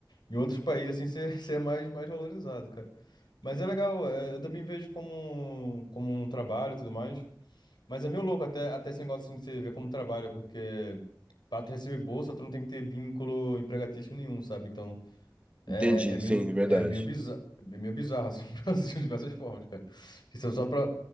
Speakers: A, on the left; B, on the right.
A: Em outros países, assim, você, <laughs> você é mais, mais valorizado, cara. Mas é legal, é, eu também vejo como, como um trabalho e tudo mais. Mas é meio louco até, até esse negócio assim de você ver como trabalha, porque pra tu receber bolsa, tu não tem que ter vínculo empregatício nenhum, sabe? Então, é,
B: Entendi,
A: é, é meio,
B: sim, verdade.
A: é meio bizarro, é meio bizarro, assim, <laughs> no Brasil, de diversas formas, cara. Que são só pra...